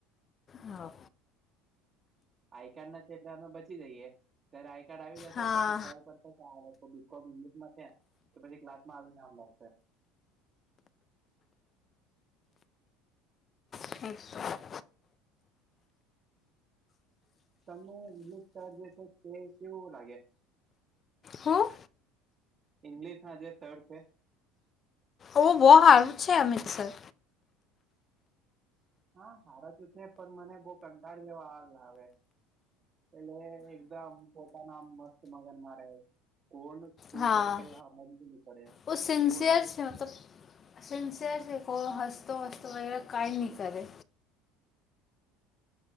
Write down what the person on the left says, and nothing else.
હા
હા
હ <unintelligible>
હા
ઓહ બો હારું છે અમિતસર.
હા
ઓ સિન્સિયર
છે મતલબ સિન્સિયર છે કો હસતો વસતો વગેરે કઈ ની કરે